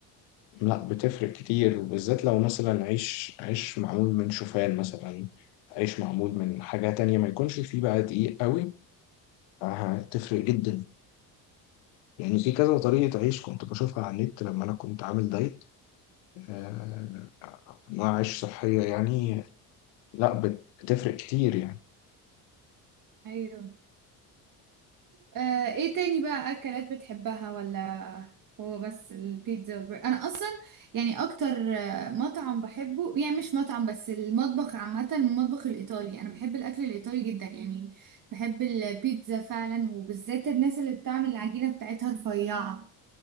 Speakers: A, on the left; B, on the right.
A: لا بتفرق كتير وبالذات لو مثلا عيش عيش معمول من شوفان مثلا عيش معمول من حاجة تانية ما يكونش فيه بقى دقيق قوي هتفرق جدا يعني في كذا طريقة عيش كنت بشوفها على النت لما أنا كنت عامل دايت آه، أنواع عيش صحية يعني لا بت- بتفرق كتير يعني
B: ايوه آه، ايه تاني بقى اكلات بتحبها ولا هو بس البيتزا والبرجر انا اصلا يعني اكتر آه، مطعم بحبه يعني مش مطعم بس المطبخ عامة المطبخ الايطالي انا بحب الاكل الايطالي جدا يعني بحب البيتزا فعلا وبالذات الناس اللي بتعمل العجينة بتاعتها رفيعة